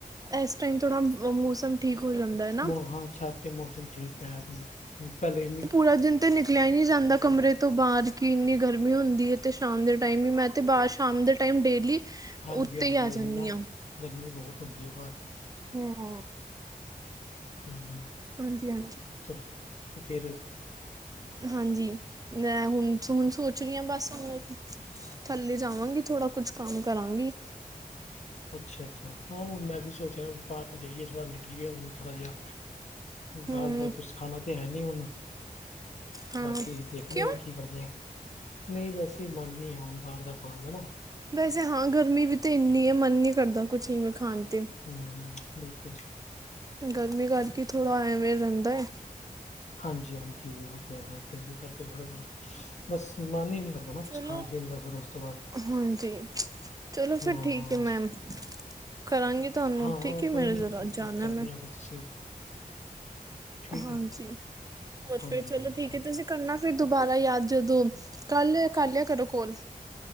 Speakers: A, on the right (about 25°); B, on the left (about 50°).
A: ਐਸ ਟਾਈਮ ਥੋੜ੍ਹਾ ਮੌਸਮ ਠੀਕ ਹੋ ਜਾਂਦਾ ਨਾ।
B: ਮੋ ਹਾਂ ਅੱਛਾ ਤੇ ਮੌਸਮ ਠੀਕ ਅ ਮਤੱਲਬ <unintelligible> ਪਹਿਲੇ
A: ਪੂਰਾ ਦਿਨ ਤੇ ਨਿਕਲਿਆ ਹੀ ਨੀ ਜਾਂਦਾ ਕਮਰੇ ਤੋ ਬਾਰ ਕਿ ਇੰਨੀ ਗਰਮੀ ਹੁੰਦੀ ਹੈ ਤੇ ਸ਼ਾਮ ਦੇ ਟਾਈਮ ਹੀ ਮੈਂ ਤੇ ਬਾਰ ਸ਼ਾਮ ਦੇ ਟਾਈਮ ਡੇਲੀ
B: ਹਾਂਜੀ-ਹਾਂਜੀ
A: ਉੱਤੇ ਹੀ ਆ
B: ਓਈ
A: ਜਾਂਦੀ
B: ਨਾ
A: ਹਾਂ।
B: ਗਰਮੀ ਬੋਤ ਹੁੰਦੀ ਏ ਬਾਰ।
A: ਹੂੰ
B: ਹ
A: ਹਾਂਜੀ ਹਾਂਜੀ।
B: ਚਲ ਤੇ ਫੇਰ
A: ਹਾਂਜੀ ਮੈਂ ਹੁਣ, ਹੁਣ ਸੋਚ ਰੀ ਆ ਬਸ ਹੁਣ ਥੱਲੇ ਜਾਵਾਂਗੀ ਥੋੜਾ ਕੁਛ ਕੰਮ ਕਰਾਂਗੀ।
B: ਅੱਛਾ-ਅੱਛਾ ਹਾ ਹੁਣ ਮੈਂ ਵੀ ਸੋਚਿਆ ਬਾਰ ਜਾਈਏ ਥੋੜ੍ਹਾ ਨਿਕਲੀਏ ਹੁਣ ਥੋੜਾ ਜਿਹਾ
A: ਹੂੰ
B: ਬਾਰ ਦਾ ਕੁਛ ਖਾਣਾ ਤੇ ਹੈ ਨੀ ਹੁਣ।
A: ਹਾਂ
B: ਬਾਕੀ ਦੇਖਣੇ
A: ਕਿਉਂ
B: ਆ ਕੀ ਕਰਦੇ ਆ। ਨਈ ਵੈਸੇ ਮਨ ਨੀ ਐ ਹੁਣ ਬਾਰ ਦਾ ਖਾਣ ਦਾ ਨਾ।
A: ਵੈਸੇ ਹਾ ਗਰਮੀ ਵੀ ਤੇ ਏਨੀ ਏ ਮਨ ਨੀ ਕਰਦਾ ਕੁਛ ਈਵੇ ਖਾਣ ਤੇ।
B: ਹਾਂ, ਬਿਲਕੁਲ
A: ਗਰਮੀ ਕਰਕੇ, ਥੋੜ੍ਹਾ ਐਂਵੇਂ ਰਹਿੰਦਾ ਏ
B: ਹਾਂਜੀ -ਹਾਂਜੀ ਉਹ ਤੇ ਹੈ, ਗਰਮੀ ਕਰਕੇ, ਥੋੜਾ ਚੱਲੋ ਬਸ ਮਨ ਈ ਨੀ ਕਰਦਾ ਹਨਾ, ਕੁਛ
A: ਚਲੋ
B: ਖਾਣ -ਪੀਣ ਦਾ ਫਿਰ ਉਸ ਤੋਂ ਬਾਅਦ
A: ਹਾਂਜੀ ਚਲੋ, ਫਿਰ
B: ਹਾਂ
A: ਠੀਕ ਏ ਮੈਮ ਕਰਾਂਗੀ ਤੁਹਾਨੂੰ
B: ਹਾਂ
A: ਠੀਕ
B: ਉਹ
A: ਹੈ
B: ਕੋਈ
A: ਮੇਰੇ
B: ਨੀ,
A: ਜ਼ਰਾ ਜਾਣਾ
B: ਦੀ ਕਰਦੇ
A: ਮੈਂ
B: ਆ ਫਿਰ ਤੁਸੀਂ ਠੀਕ
A: ਹਾਂਜੀ,
B: ਹੈ
A: ਹੋਰ
B: ਹਾਂਜੀ
A: ਫੇਰ ਚਲੋ
B: ਹਾਂਜੀ
A: ਠੀਕ ਏ, ਤੁਸੀਂ ਕਰਨਾ ਫਿਰ ਦੁਬਾਰਾ ਯਾਦ, ਜਦੋਂ ਕੱਲ ਕਰ ਲਿਆ ਕਰੋ ਕੋਲ